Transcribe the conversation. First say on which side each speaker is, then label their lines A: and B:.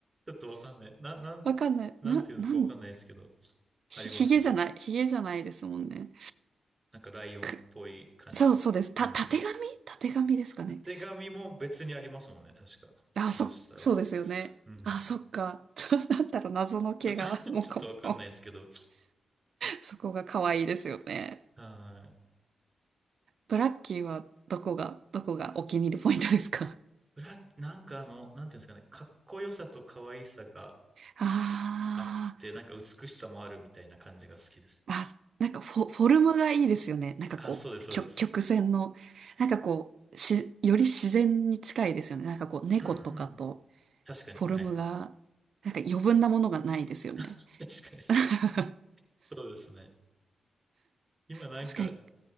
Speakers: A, on the right (about 20°); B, on the right (about 65°).
A: ょっとわかんない。な、なん、
B: わかんない。
A: なんて言うのかわかんないですけど、
B: な、なん、ひ、
A: ありますね。
B: ひげじゃない。ひげじゃないですもんね。
A: なんかライオンっぽい感じ。
B: く、そうそうです。た、
A: うん。
B: たてがみたてがみですかね。
A: たてがみも別にありますもんね、確か。
B: あ、
A: ブースターは。
B: そ、そうですよね。
A: うん。
B: あ、そっか。<laughs> そうなんだろう。謎の毛が、
A: ちょ、<laughs>
B: もうこ、
A: ちょっとわかんないですけど。
B: もうそこが可愛いですよね。
A: はい。
B: ブラッキーはどこが、どこがお気に入りポイントですか
A: ブラ、なんかあの、なんていうんですかね、かっこよさと可愛さが
B: ああ、
A: あって、なんか美しさもあるみたいな感じが好きです。
B: あ、なんかフォ、フォルムがいいですよね。なんかこう、
A: あ、そうです、そうです。
B: 曲、曲線の、なんかこう、し、より自然に近いですよね。なんかこう、猫とかと、
A: うん。確かに、
B: フォルムが、
A: はい。
B: なんか余分なものがないですよね。
A: <laughs> 確かに。
B: <laughs>
A: そうですね。今なんか、
B: 確かに。